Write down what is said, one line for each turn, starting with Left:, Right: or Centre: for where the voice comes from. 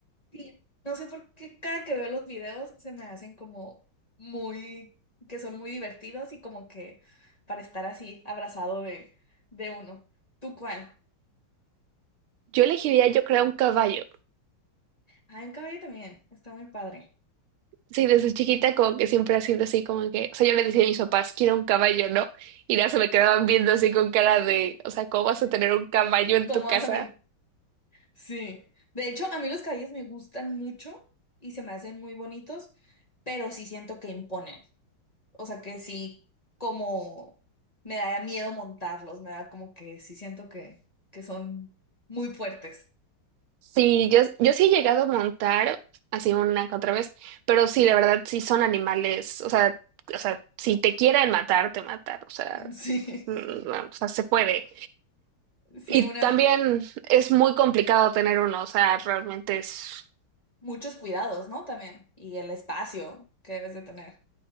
Left: Sí, no sé por qué cada que veo los videos se me hacen como muy, que son muy divertidos y como que para estar así abrazado de, de uno. ¿Tú cuál?
Right: Yo elegiría, yo creo, un caballo.
Left: Ah, un caballo también, está muy padre.
Right: Sí, desde chiquita como que siempre ha sido así, como que, o sea, yo le decía a mis papás, quiero un caballo, ¿no? Y ya se me quedaban viendo así con cara de, o sea, ¿cómo vas
Left: ¿Sí?
Right: a tener un caballo en
Left: ¿Cómo
Right: tu casa?
Left: vas a met- Sí. De hecho, a mí los caballos me gustan mucho y se me hacen muy bonitos, pero sí siento que imponen. O sea que sí, como me da miedo montarlos, me da como que sí siento que, que son muy fuertes.
Right: Sí, yo, yo sí he llegado a montar así una que otra vez, pero sí, la verdad, sí son animales, o sea, o sea, si te quieren matar, te matan, o sea,
Left: <laughs> Sí.
Right: mm, no, o sea, se puede.
Left: Sí,
Right: Y
Left: una,
Right: también es muy complicado tener uno, o sea, realmente es
Left: muchos cuidados, ¿no? También. Y el espacio que debes de tener.